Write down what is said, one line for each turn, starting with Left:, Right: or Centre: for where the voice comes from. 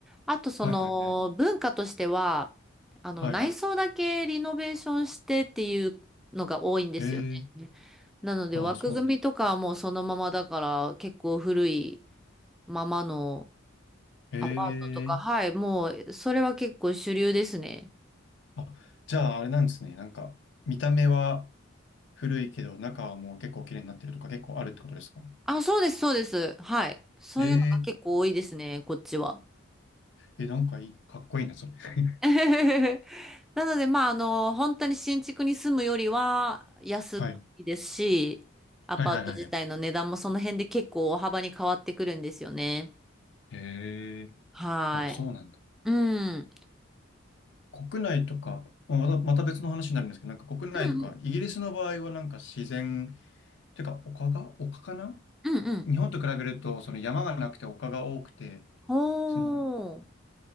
Centre: あとその文化としては、
Left: い、はい、はい。
Centre: あの内装だけリノベーションしてっていうのが多いんですよね。
Left: はい。へえ、
Centre: なので枠組みとかはもうそのままだから結構古い
Left: ああ、そうなんだ。
Centre: ままの
Left: へ
Centre: アパートとか、
Left: え、
Centre: はい、もう、それは結構主流ですね。
Left: あ、じゃああれなんですね。なんか、見た目は古いけど、中はもう結構綺麗になってるとか結構あるってことですか
Centre: あ、そうです、そうです。はい。そういうのが結構多いですね、
Left: ええ、
Centre: こっちは。
Left: え、なんかいい、かっこいいな、それ。<laughs>
Centre: <laughs> なので、まあ、あの、本当に新築に住むよりは安いですし、
Left: はい。
Centre: アパート自体の値段もその辺で結構大幅に変わってくるんですよね。
Left: はいはいはいはい。へえ、
Centre: はい。
Left: ああ、そうなんだ。
Centre: うん。う
Left: 国内とか、まあまた、また別の話になるんですけど、なんか国内とか、
Centre: ん
Left: イギリスの場合はなんか自然、てか丘が丘かな
Centre: うんうんうん。
Left: 日本と比べると、その山がなくて丘が多くて、
Centre: ほ
Left: その
Centre: ー。